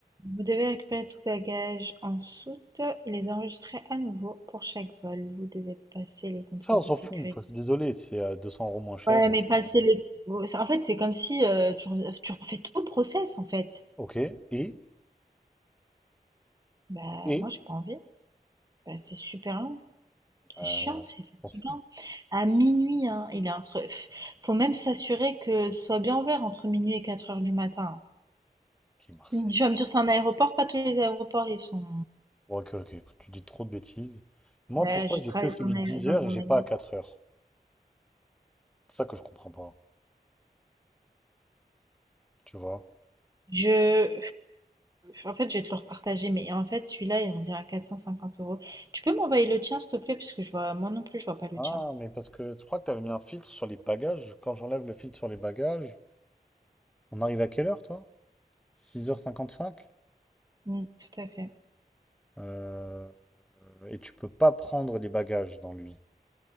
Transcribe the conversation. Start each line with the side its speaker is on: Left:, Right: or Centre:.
Right: Vous devez récupérer tout bagage en soute et les enregistrer à nouveau pour chaque vol. Vous devez passer les contrôles
Centre: Ça on s'en
Right: de sécurité.
Centre: fout, enfin, je suis désolé, c'est euh, 200 euros moins cher.
Right: Ouais, mais passer les... oh, c'est- En fait, c'est comme si euh, tu, re- tu refais tout le process, en fait.
Centre: Ok, et?
Right: Bah,
Centre: Et
Right: moi, j'ai pas envie. Bah, c'est super long. C'est
Centre: euh,
Right: chiant, c'est fatigant.
Centre: t'en fous,
Right: À minuit, hein, il est entre. pff, Faut même s'assurer que ce soit bien ouvert entre minuit et 4 heures du matin.
Centre: qui est Marseille.
Right: Mm. Tu vas me dire, c'est un aéroport, pas tous les aéroports, ils sont.
Centre: Bon, ok, ok, tu dis trop de bêtises. Moi,
Right: Ben,
Centre: pourquoi
Right: je
Centre: j'ai
Right: travaille
Centre: que celui
Right: dans un
Centre: de dix
Right: aé- dans
Centre: heures et j'ai
Right: un aéroport.
Centre: pas à quatre heures C'est ça que je comprends pas, tu vois.
Right: Je. En fait, je vais te le repartager, mais en fait, celui-là, il revient à 450 euros. Tu peux m'envoyer le tien, s'il te plaît, parce que je vois. Moi non plus, je vois pas le
Centre: Ah,
Right: tien.
Centre: mais parce que je crois que t'avais mis un filtre sur les bagages. Quand j'enlève le filtre sur les bagages, on arrive à quelle heure, toi? 6h55?
Right: Mm, tout à fait.
Centre: Euh, et tu peux pas prendre les bagages dans lui.